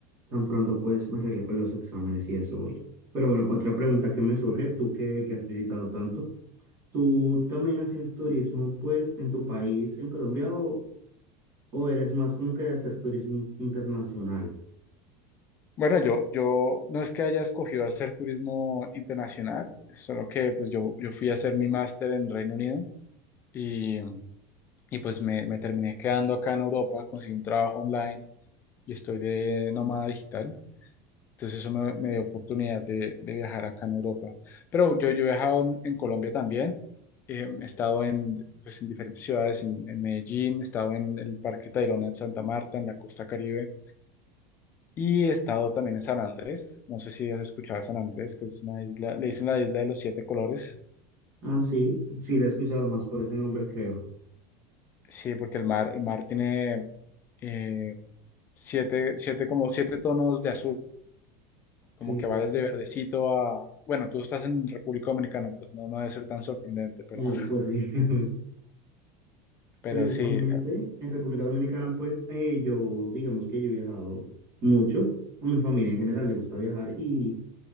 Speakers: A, on the right (about 30°); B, on the left (about 20°).
A: tan pronto pues me arregle con los exámenes y eso voy. Pero bueno, otra pregunta que me surge, tú que, que has visitado tanto, ¿tú también hacías turismo pues en tu país, en Colombia, o, o eres más como que de hacer turismo in- internacional?
B: Bueno, yo, yo no es que haya escogido hacer turismo internacional, solo que pues yo, yo fui a hacer mi máster en Reino Unido y, y, pues me, me terminé quedando acá en Europa, conseguí un trabajo online y estoy de nómada digital. Entonces eso me, me dio oportunidad de, de viajar acá en Europa. Pero yo, yo he viajado en, en Colombia también. Eh, he estado en, pues, en diferentes ciudades, en, en Medellín, he estado en el Parque Tayrona en Santa Marta, en la Costa Caribe, y he estado también en San Andrés. No sé si has escuchado a San Andrés, que es una isla, le dicen la isla de los siete colores.
A: Ah, sí, sí, la he escuchado más por ese nombre, creo.
B: Sí, porque el mar, el mar tiene eh, siete, siete, como siete tonos de azul. como
A: Sí,
B: que
A: claro.
B: va desde verdecito a, bueno, tú estás en República Dominicana, entonces no, no debe ser tan sorprendente, pero,
A: Eh,
B: <laughs>
A: pues sí. <laughs>
B: pero
A: Precisamente
B: sí,
A: en República Dominicana, pues eh, yo, digamos que yo he viajado mucho, a mi familia en general le gusta viajar y,